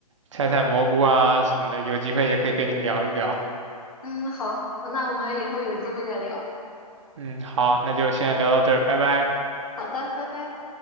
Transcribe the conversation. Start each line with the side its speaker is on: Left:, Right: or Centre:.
Right: 采采蘑菇啊什么的，有机会也可以跟你聊一聊。
Left: 嗯，好，那我们以后有机会再聊。
Right: 嗯，好，那就先聊到这儿，拜拜。
Left: 好的，拜拜。